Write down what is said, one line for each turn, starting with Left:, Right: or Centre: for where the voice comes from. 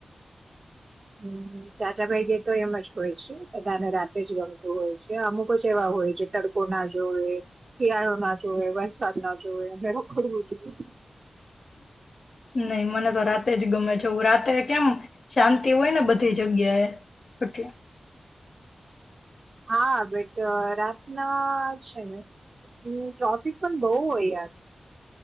Right: હમ્મ ચાચા ભાઈ ગ તો એમ જ હોય છે, બધાને રાતે જ ગમતું હોય છે અમુક જ એવા હોય છે તડકો ના જોવેએ, શિયાળો ના જોવે, વરસાદ ના જોવેએ, અને રખડવું જોઈએ.
Left: નહી મને તો રાતે જ ગમે છે. હું રાતે કેમ શાંતિ હોય ને બધ તે જગ્યા એ. <unintelligible>
Right: હા બટ રાતના છે ને ટ્રાફિક પણ બહુ હોય યાર.